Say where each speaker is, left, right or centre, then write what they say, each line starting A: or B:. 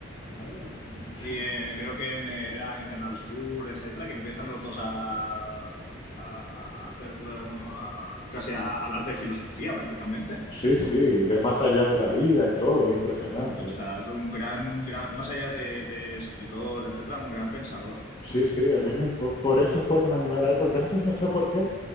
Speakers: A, on the left; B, on the left.
A: A ver, las que tenía.
B: <laughs> Sí.
A: Y en- creo que en, eh, era en Canal Sur, etcétera, que empiezan los dos a, a hacer, eh, bueno, a- casi a hablar de filosofía prácticamente.
B: Sí, sí, de más allá de la vida y todo, es impresionante.
A: Exacto, o sea, es un gran, gran más allá de, de escritor, etcétera, un gran pensador.
B: Sí, sí, a mí me, impo- por eso fue que me animé a leer, porque antes no sé por qué,